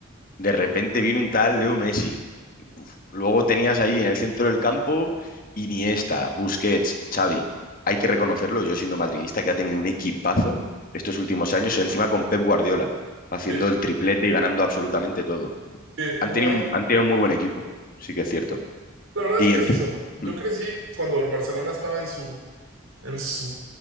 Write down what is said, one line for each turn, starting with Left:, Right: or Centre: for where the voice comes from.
Left: De repente vino un tal Leo Messi. Luego tenías ahí en el centro del campo Iniesta, Busquets, Xavi. Hay que reconocerlo, yo siendo madridista, que ha tenido un equipazo estos últimos años, encima con Pep Guardiola, haciendo
Right: eh,
Left: el triplete y ganando absolutamente todo.
Right: eh,
Left: Han
Right: no
Left: tenido,
Right: hay
Left: un- han tenido un muy buen equipo, sí que es cierto.
Right: la verdad
Left: Y
Right: es que
Left: encima.
Right: es eso. Yo
Left: Mm,
Right: crecí cuando el Barcelona estaba en su, en su,